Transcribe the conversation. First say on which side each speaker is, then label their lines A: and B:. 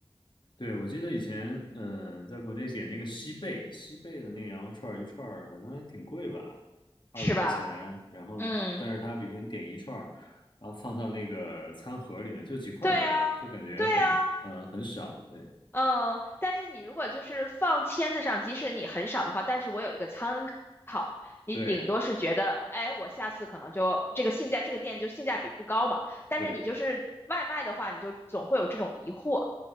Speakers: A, on the left; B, on the left.
A: 对，我记得以前，嗯、在国内点那个西贝，西贝的那个羊肉串儿一串儿好像还挺贵吧，二十块钱，
B: 是吧？
A: 然后但是它比如说你点一串儿，
B: 嗯，
A: 然后放到那个餐盒里面就几块肉，
B: 对啊，
A: 就感觉很，
B: 对啊。
A: 呃，很少，对
B: 呃，但是你如果就是放签子上，即使你很少的话，但是我有一个参考，你顶多是觉得，
A: 对
B: 哎，我下次可能就这个性价，这个店就性价比不高嘛。但是你就是外卖的话，
A: 对，
B: 你就总会有这种疑惑。